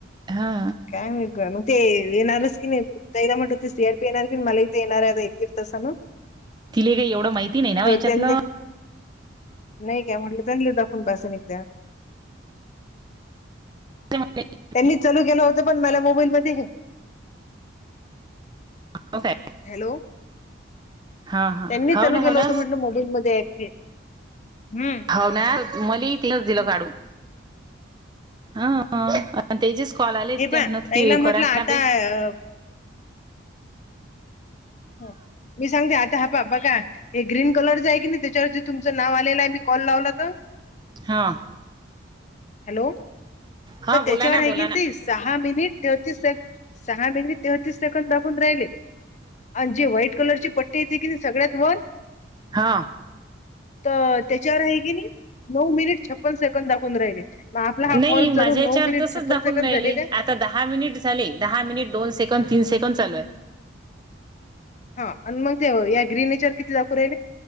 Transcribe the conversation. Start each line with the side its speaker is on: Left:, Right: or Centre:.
Right: हा
Left: काय मगे येनार स्कीिन तैला म्हट सर येनणारी मलय येणारार अ एक यगिरस ना
Right: तिला काही एवढं माहिती नाही ना म याच्यातलं
Left: त्यांले नाही काय म्हलं जणले दखूनपासून एकदा्या
Right: ह
Left: त्यांनी चलू केलं होतं पण मला मोबाईल मध्ये हे
Right: ह काय
Left: हॅलो
Right: हा हा
Left: त्यांनी
Right: हो
Left: लू
Right: ना
Left: गेल
Right: हो ना
Left: होत म्हटलं मोबाईलमध्येध्ये चे ह्
Right: म त दिल काढू प तेचेेच कॉल आले
Left: हे
Right: ते
Left: पहा
Right: म्हणत
Left: ताईला
Right: कि
Left: म्हटलं
Right: कोराना
Left: आता
Right: प
Left: अ, हो मी सांगते आता हपापा का हे ग्रीन कलर जा आहे की नाही त्याच्यावर तुमचं नाव आलेलं आहे मी कॉल लावला तर
Right: हां
Left: हॅलो
Right: हा
Left: तर त्याच्यावर
Right: बोला ना
Left: आहे
Right: बोला
Left: कीन
Right: ना
Left: तस सहा मिनिट तेहतीस से सहा मिनिट तेहतीस सेकंड दाघून राहिले जे व्हाईट कलरचे पट्टेेते की सगळ्यात वर
Right: हा
Left: तर त्याच्यावर आहे की नाही नऊ मिनिट छप्पन सेकंद दाखवून राहिले मग आपला हा
Right: नाही
Left: कॉल चालू
Right: माझ्या
Left: नऊ
Right: चार
Left: मिनिट
Right: तसच
Left: छप्पन
Right: दाखवून
Left: सेकंड
Right: राहिले
Left: झाले काय
Right: आता दहा मिनिट झाले दहा मिनिट दन दो सेकड तीनेंड लू आहे
Left: हा आणि मग ते या ग्रीनेच्यार किती जाू राे